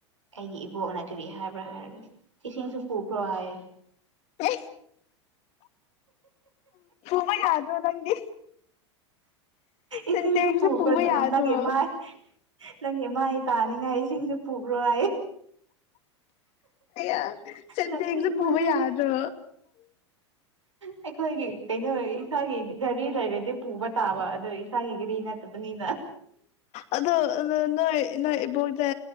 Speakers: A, on the right; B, on the left.
A: ꯑꯩꯒꯤ ꯏꯕꯣꯛꯅ ꯀꯔꯤ ꯍꯥꯏꯕ꯭ꯔꯥ ꯍꯥꯏꯔꯒ ꯏꯁꯤꯡꯁꯨ ꯄꯨꯈ꯭ꯔꯣ ꯍꯥꯏꯌꯦ
B: ꯎ ꯣꯏ ꯌꯥꯗ꯭ꯔꯣ ꯅꯪꯗꯤ
A: ꯏꯁꯤꯡꯁꯨ
B: ꯁꯦꯟꯇꯦꯛꯁꯨ
A: ꯄꯨꯕ꯭ꯔ
B: ꯄꯨꯕ ꯌꯥꯗ꯭ꯔꯣ
A: ꯅꯪꯦ ꯃꯥꯥꯏ ꯅꯪꯒꯤꯃꯥꯏ ꯇꯥꯅꯤꯉꯥꯏ ꯏꯁꯤꯡꯁꯦ ꯄꯨꯈ꯭ꯔꯣ ꯑꯩ
B: ꯑ ꯁꯇꯁ
A: ꯅꯣꯛꯅꯤꯡꯕꯁꯤꯗꯤ
B: ꯄꯨꯕ ꯌꯥꯗꯣ
A: ꯑꯩꯈꯣꯏꯒꯤ ꯀꯩꯅꯣ ꯏꯁꯥꯒꯤ ꯘꯔꯤ ꯂꯩꯔꯗꯤ ꯄꯨꯕ ꯇꯥꯕ ꯑꯗꯣ ꯏꯁꯥꯒꯤ ꯒꯥꯔꯤ ꯅꯠꯇꯦ ꯕꯅꯤꯅ
B: ꯑꯗꯣ ꯅꯣꯏ ꯅꯣꯏ ꯏꯕꯣꯛꯗ